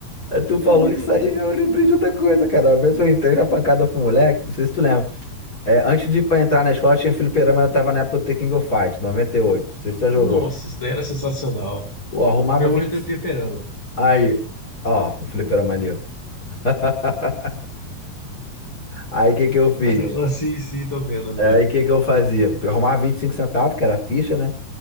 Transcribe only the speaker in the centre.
Era
muito
bom.
Nossa,
isso daí era sensacional.
Meu
irmão já teve fliperama.
Caramba, sim, sim, tô vendo agora.